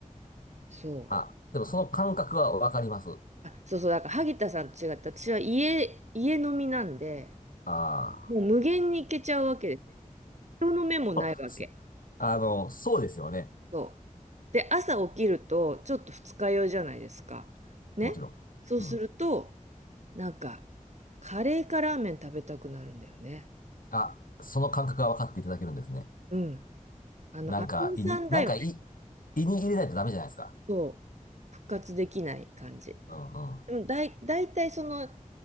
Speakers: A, on the right; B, on the left.
A: そう。
B: あ、でもその感覚はわかります。
A: あ、そうそう、だから萩田さんと違って、私は家、家飲みなんで、
B: あ
A: もう無限に行けちゃうわけです。人の目もないわけ。
B: あ。<laughs> すあの、そうですよね。
A: そう。で、朝起きると、ちょっと二日酔いじゃないですか。ね。
B: もちろん。
A: そうすると、
B: うん。
A: なんか、カレーかラーメン食べたくなるんだよね。
B: あ、その感覚がわかっていただけるんですね。
A: うん。あの、
B: なんか、
A: アミさんだよね。
B: 胃に、なんか胃、胃に入れないとダメじゃないですか。
A: そう。復活できない感じ。
B: うんうん。
A: うん、だい、だいたいその、